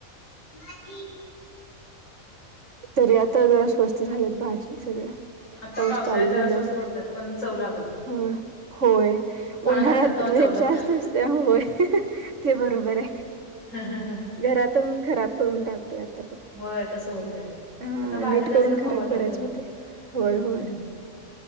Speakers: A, on the left; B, on the right.
A: मा दि.
B: तरी आता जरा स्वस्त झाल्यात भाजी सगळ्या
A: आता
B: पाऊस
A: पावसाळ्यात
B: चालू
A: जरा
B: झाल्यावर
A: स्वस्त होतात पण चव लागत नाही
B: होय
A: महाग
B: उन्हाळ्यात
A: असतात तेव्हा
B: रेट
A: चव लागतात
B: जास्त असते होय ते बरोबर आहे.
A: हा हा हा.
B: घरातून खराब करून टाकल्यात.
A: होय तस होतंय.
B: अं
A: आता भाज्या
B: नीट
A: जास्त
B: करून खराब
A: खाऊ वाटत
B: करायचे
A: नाही
B: होते होय
A: हम्म
B: होय